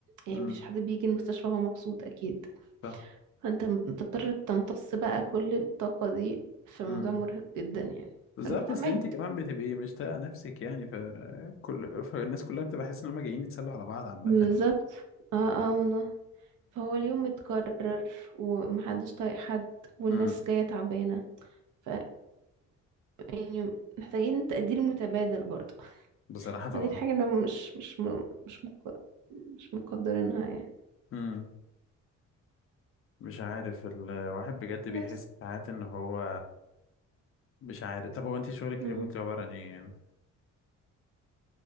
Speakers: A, on the right (about 80°); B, on the left (about 45°).
A: يعني
B: امم
A: مفيش حد بيجي المستشفى وهو مبسوط اكيد
B: صح
A: فانت م- بتضطر تمتص بقى كل الطاقه دي فالموضوع
B: امم
A: مرهق جدا يعني
B: بالظبط
A: فانا فاهمك
B: اصل انت كمان بتبقي مش طايقه نفسك يعني فكل فالناس كلها بتبقى حاسس ان هم جايين يتسلوا على بعض عامه
A: بالظبط
B: يعني.
A: اه اه والله فهو اليوم متكرر ومحدش طايق حد والناس
B: امم
A: جاية تعبانة ف يعني محتاجين تقدير متبادل برضه
B: بصراحة طبعا
A: فدي الحاجة اللي مش مش م- مش مق... مش مقدرينها يعني
B: امم مش عارف الواحد بجد بيحس
A: بس
B: ساعات ان هو مش عارف طب هو انت شغلك
A: مم.
B: ريموتلي عبارة عن ايه يعني